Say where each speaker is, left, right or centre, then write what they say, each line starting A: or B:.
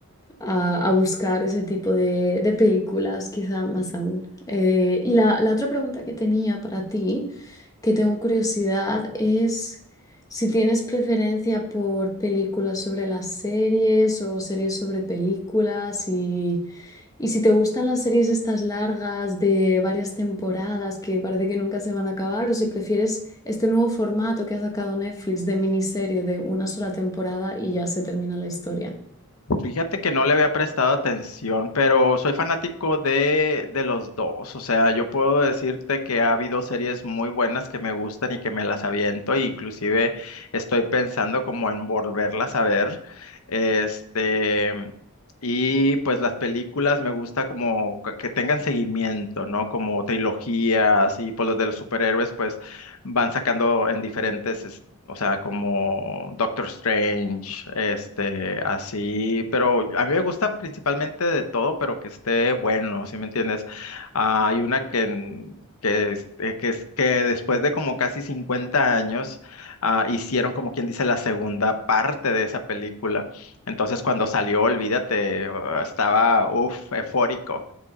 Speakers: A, on the left; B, on the left.
A: a- a buscar ese tipo de, de películas, quizá más aún. Eh, y la, la otra pregunta que tenía para ti, que tengo curiosidad, es si tienes preferencia por películas sobre las series o series sobre películas y y si te gustan las series estas largas de varias temporadas que parece que nunca se van a acabar, o si prefieres este nuevo formato que ha sacado Netflix de miniserie de una sola temporada y ya se termina la historia.
B: Fíjate que no le había prestado atención, pero soy fanático de, de los dos. O sea, yo puedo decirte que ha habido series muy buenas que me gustan y que me las aviento, e inclusive estoy pensando como en volverlas a ver. Este, y pues las películas me gusta como que que tengan seguimiento, ¿no? Como trilogías y pues los de los superhéroes pues van sacando en diferentes o sea, como Doctor Strange, este, así, pero a mí me gusta principalmente de todo, pero que esté bueno, ¿sí me entiendes? Ah, hay una que, en- que, es- eh, que, es- que después de como casi 50 años, ah, hicieron como quien dice la segunda parte de esa película. Entonces, cuando salió, olvídate, eh, estaba, uff, eufórico